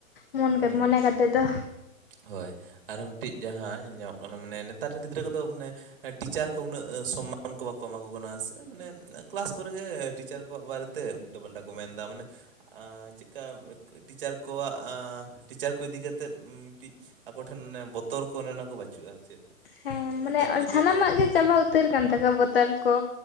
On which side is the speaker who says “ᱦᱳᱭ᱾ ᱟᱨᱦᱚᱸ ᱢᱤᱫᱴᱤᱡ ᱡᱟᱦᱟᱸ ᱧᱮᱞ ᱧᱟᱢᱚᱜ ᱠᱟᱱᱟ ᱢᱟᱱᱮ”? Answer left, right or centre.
Right